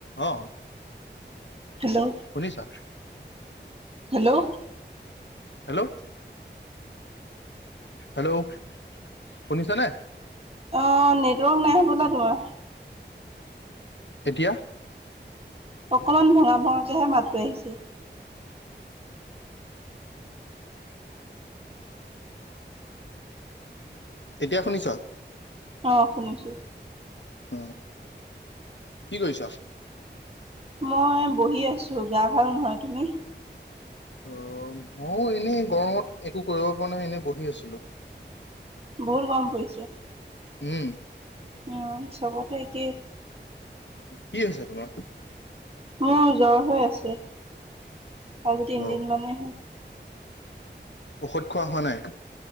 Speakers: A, on the left; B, on the right.
A: অ।
B: Hello
A: শুনিছা?
B: Hello,
A: hello, ' hello, শুনিছ নে?
B: অ নেটৱৰ্ক নাই হবলা তোমাৰ।
A: এতিয়া?
B: অকমান ভঙা ভঙাকেহে মাততো আহিছে।
A: এতিয়া শুনিছা?
B: অ শুনিছো।
A: অ, কি কৰিছা?
B: মই বহি আছো, গা ভাল নহয়। তুমি?
A: অ মইয়ো এনেই গৰমত একো কৰিব পৰা নাই এনে বহি আছিলো।
B: বহুত গম পৰিছে।
A: উম।
B: উম চবতে একেই।
A: কি হৈছে তোমাৰ?
B: মোৰ জ্বৰ হৈ আছে। আজি তিনদিন
A: অ
B: মানেই হল।
A: ঔষধ খোৱা হোৱা নাই?